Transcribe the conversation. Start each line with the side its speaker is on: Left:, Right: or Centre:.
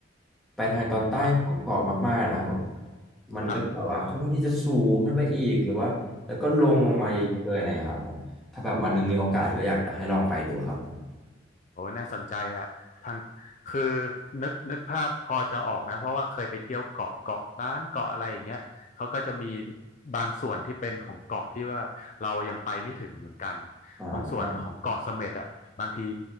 Centre: ไปทางตอนใต้ของเกาะมากๆนะครับผม
Left: ครับ
Centre: มันก็จะแบบว่าค่อนข้างที่จะสูงขึ้นไปอีกหรือว่าแล้วก็ลงลงมาเยอะๆเลยอะไรนะครับผมถ้าแบบวันหนึงมีโอกาสก็อยากจะให้ลองไปดูครับผม
Left: ครับอืม โอ้น่าสนใจอ่ะทางคือนึกนึกภาพพอจะออกนะเพราะว่าเคยไปเที่ยวเกาะเกาะล้านเกาะอะไรอย่างเงี้ยเขาก็จะมีบางส่วนที่เป็นของเกาะที่ว่าเรายังไปไม่ถึงเหมือนกัน
Centre: อ่า
Left: ตรงส่วนของเกาะเสม็ดอ่ะบางที